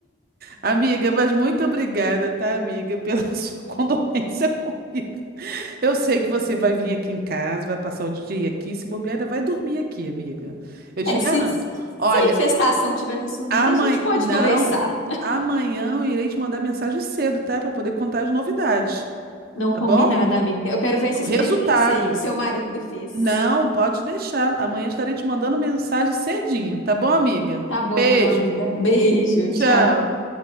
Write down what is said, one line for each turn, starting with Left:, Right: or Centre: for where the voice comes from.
Right: Amiga, mas muito obrigada, tá, amiga, pela sua <laughs> condolência comigo. Eu sei que você vai vir aqui em casa, vai passar o dia aqui, se bobear, ainda vai dormir aqui, amiga. Eu te
Left: é,
Right: garanto.
Left: se, se
Right: Olha,
Left: a infestação tiver sumida,
Right: amanhã.
Left: a gente pode
Right: Não,
Left: conversar.
Right: amanhã eu irei te mandar mensagem cedo, tá? Para poder contar as novidades,
Left: Não
Right: tá
Left: combinada,
Right: bom?
Left: amiga. Eu quero ver essa
Right: Do
Left: experiência
Right: resultado.
Left: aí que seu marido fez.
Right: Não, pode deixar. Amanhã estarei te mandando mensagem cedinho, tá bom, amiga?
Left: Tá bom,
Right: Beijo.
Left: então, amiga. Beijo,
Right: Tchau.
Left: tchau.